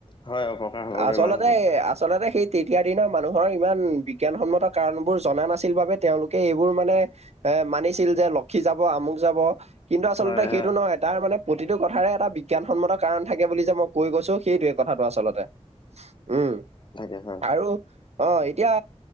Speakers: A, on the left; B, on the right.
A: হয় অপকাৰ হ'ব
B: আচলতে-আচলতে
A: বেমাৰ হ'ব
B: সেই তেতিয়াৰ দিনৰ মানুহৰ ইমান বিজ্ঞানসন্মত কাৰণবোৰ জনা নাছিল বাবে তেওঁলোকে এইবোৰ মানে এ মানিছিল যে লক্ষী যাব আমুক যাব, কিন্তু আচলতে
A: হয়
B: সেইটো
A: হয়
B: নহয় তাৰ মানে প্ৰতিটো কথাৰে এটা বিগ বিজ্ঞানসন্মত কাৰণ থাকে বুলি যে মই কৈ গৈছো, সেইটোৱে কথাটো আচলতে, উম।
A: এ হয়।
B: আৰু অ', এতিয়া